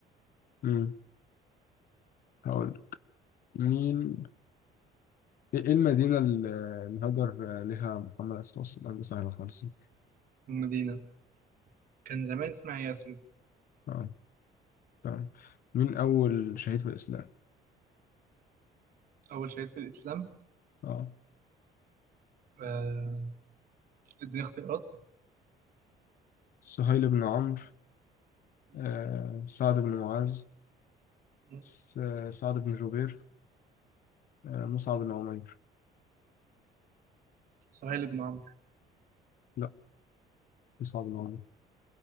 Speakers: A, on the left; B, on the right.
A: أمم هقول مين إيه إيه المدينة اللي اللي هاجر لها محمد عليه الصلاة والسلام دي سهلة خالص أه
B: والمدينة كان زمان اسمها يثرب
A: آه. تمام مين أول شهيد في الإسلام؟
B: أول شهيد في الإسلام
A: أه
B: آه، اديني اختيارات
A: سهيل بن عمرو
B: م-
A: آه، سعد بن معاذ
B: م-
A: س- سعد بن جبير آه،
B: م-
A: مصعب بن عمير
B: سهيل بن عمرو
A: لا مصعب بن عمير